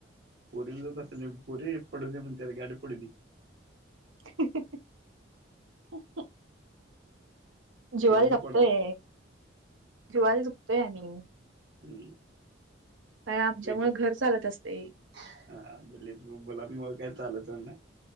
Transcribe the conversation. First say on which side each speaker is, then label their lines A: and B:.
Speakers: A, on the right; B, on the right.
A: पोरीचं तस नाही पोरी पडू दे म्हणत्यात गाडी पडू दे
B: हा. हा.. जीवाला
A: खरं मी
B: जपतोय...
A: पडालोय
B: जीवाला जपतोय आम्ही
A: हम्म
B: कारण आमच्यामुळे
A: ते तर...
B: घर चालत असते
A: <inaudible> काय चालत <inaudible>